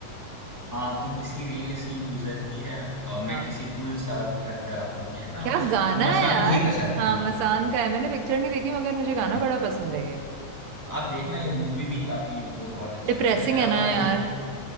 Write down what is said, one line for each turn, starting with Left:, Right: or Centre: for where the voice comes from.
Left: हाँ तू किसी रेल सी गुजरती है अ, मैं
Right: हाँ
Left: किसी पुल सा थर थर आता हूँ ये है ना
Right: क्या
Left: उस
Right: गाना
Left: मशान
Right: है यार
Left: मूवी का शायद
Right: हाँ
Left: है, हाँ
Right: मसान का है मैंने पिक्चर नहीं देखी मगर मुझे गाना
Left: हम्म
Right: बड़ा पसंद है ये
Left: आप देखना ये मूवी भी काफी मतलब बहुत अच्छी
Right: डिप्रेसिंग
Left: है मुझे लगता
Right: है
Left: है
Right: ना
Left: अ,
Right: यार
Left: जो